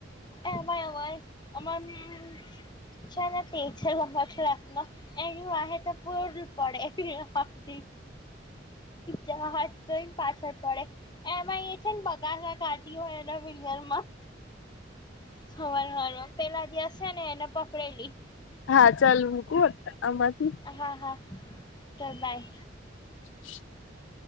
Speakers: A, on the left (about 25°); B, on the left (about 80°).
A: એવા એવા હોય અમારી છે તે છે લબક્ષ રાતમાં એની વા તો પૂર પડે. જા <unintelligible> હાર તોમ પાછર પડે એમએ, બગા કાઢી હોય એના વિર માં <unintelligible> સવાર સવારમાં પહેલા દિવસે એને પકડેલી.
B: હા ચાલ મૂકું આમાંથી,
A: હા હા ચલ બાય.
B: <inaudible>